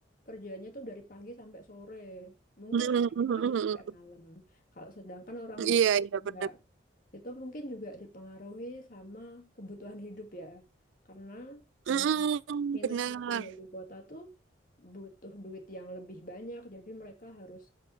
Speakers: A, on the left (about 45°); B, on the right (about 75°).
A: kerjanya tuh dari pagi sampai sore. Mungkin
B: Mm-mm.
A: ada
B: Mm-mm.
A: yang lanjut sampai malam. Kalau sedangkan orang
B: Iya
A: desa
B: iya
A: nggak
B: benar.
A: Itu mungkin juga dipengaruhi sama kebutuhan hidup ya. Karena em
B: Mm-mm,
A: minusnya
B: benar,
A: tinggal di kota tuh butuh duit yang lebih banyak. Jadi mereka harus